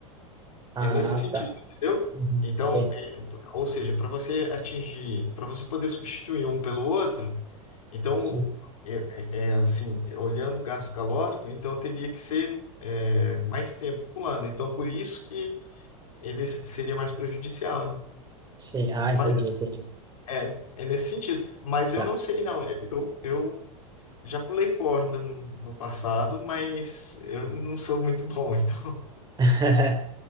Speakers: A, on the right; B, on the left.
A: <laughs> Ah,
B: É nesse sentido,
A: tá.
B: entendeu?
A: Uhum.
B: Então,
A: Sim,
B: é, ou seja, para você atingir, para você poder substituir um pelo outro, então,
A: sim,
B: é, é é assim, olhando o gasto calórico, então teria que ser é, mais tempo pulando. Então, por isso que ele seria mais prejudicial, né?
A: sim. Ah,
B: Mas
A: entendi, entendi.
B: é, é nesse sentido. Mas
A: Tá.
B: eu não sei, não. Eu, eu Já pulei corda no no passado, mas eu não sou muito bom, então
A: <laughs>